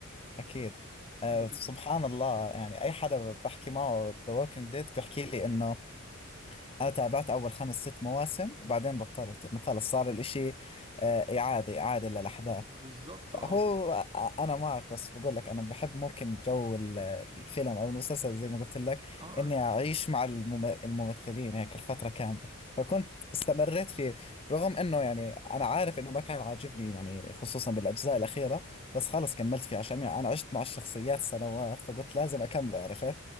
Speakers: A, on the left (about 25°); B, on the right (about 25°).
A: أكيد آه
B: ده كده
A: سبحان الله يعني أي حدا بحكي معه ذا ووكينج ديد بيحكي لي إنه أنا تابعت أول خمس ست مواسم وبعدين بطلت إنه خلص صار الإشي آه إعادة إعادة للأحداث
B: بالظبط اه
A: هو انا معك بس بقول لك انا بحب ممكن جو ال- الفيلم او المسلسل زي ما قلت لك
B: اه
A: اني اعيش مع المم- الممثلين هيك الفتره كامله فكنت استمريت فيه رغم انه يعني انا عارف انه ما كان عاجبني يعني خصوصا بالاجزاء الاخيره بس خلص كملت فيه عشان يعني انا عشت مع الشخصيات سنوات فقلت لازم اكمله عرفت